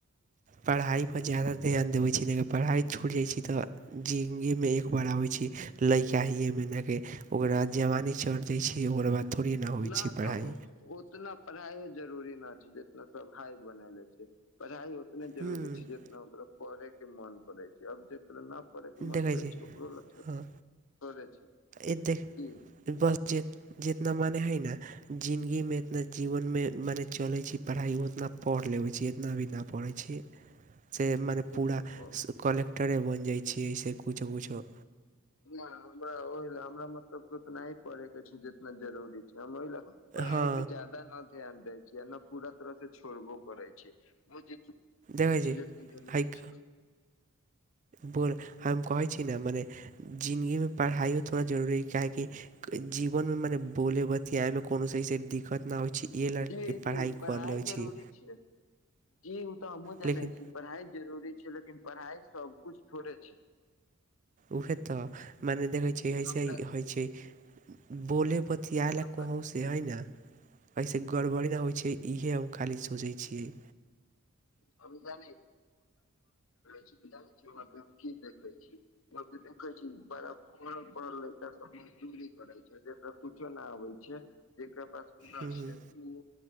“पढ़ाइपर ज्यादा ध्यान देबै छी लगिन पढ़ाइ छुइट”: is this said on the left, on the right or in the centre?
Right